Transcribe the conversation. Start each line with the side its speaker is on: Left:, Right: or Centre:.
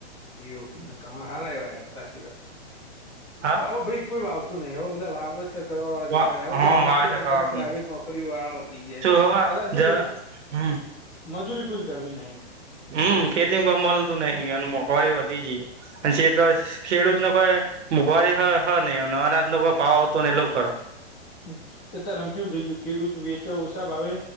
Left: એવું ના તમારે હારા <unintelligible>
Right: <inaudible>
Left: ઓ ભાઈ કોઈ વાવતું નહં હો બધા વા કરવા વાળા જતાવે
Right: વા
Left: બધા
Right: હા
Left: નોકરી
Right: વાવેતર
Left: ઘધા
Right: કરવાનું
Left: પ્રાવે નોક કરી વાળા વધી જાયમ
Right: શું હવે
Left: અદા શું
Right: જ
Left: ભાઈ
Right: હમ
Left: મજૂરી કોઈ કરવી નહી
Right: હમ્મ ખેતી ક મળતું નહિ અને મોંઘવારી વધી ગી અને છે ખેડૂત ન કોઈ મોંઘવારી હ ને અનાજ ન કોઈ ભાવ આવતું નહી ને એવું કરે
Left: હ ખેતર અમ કેવું થઇ ગયું ખેડૂત વેચા ઓછા ભાવે